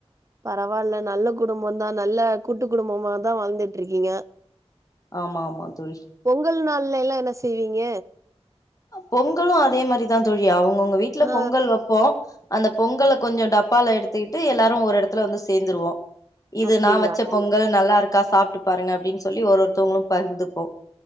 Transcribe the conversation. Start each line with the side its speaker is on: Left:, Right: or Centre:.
Right: பரவாயில்ல நல்ல குடும்பம தான் நல்ல கூட்டு குடும்பமாதான் வாழ்ந்துட்டு இருக்கீங்க
Left: ஆமா ஆமா தோழி
Right: பொங்கல் நாள்ல எல்லா என்ன செய்வீங்க
Left: பொங்கலும் அதே மாதிரிதான் தோழிஅவு உங்க வீட்ல
Right: ஆ
Left: பொங்கல் வெப்போ அந்த பொங்கல கொஞ்சோ டப்பால எடுத்துட்டு எல்லாரு ஒரு எடத்துலந்து சேர்ந்துருவோ இது
Right: அப்டிங்களா
Left: நா வெச்ச பொங்கல் நல்லாருக்கா சாப்ட்டு பாருங்க அப்டின் சொல்லி ஒரு ஒருத்தௌங்ளோ பகிர்ந்துப்போ